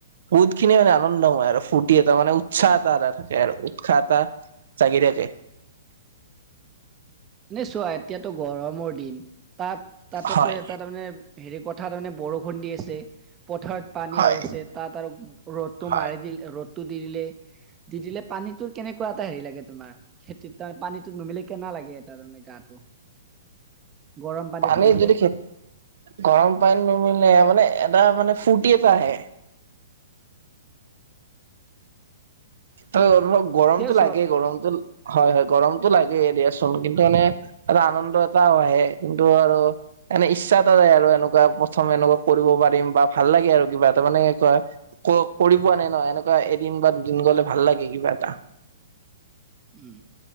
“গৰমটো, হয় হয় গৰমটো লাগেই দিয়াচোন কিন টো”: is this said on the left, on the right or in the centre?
Right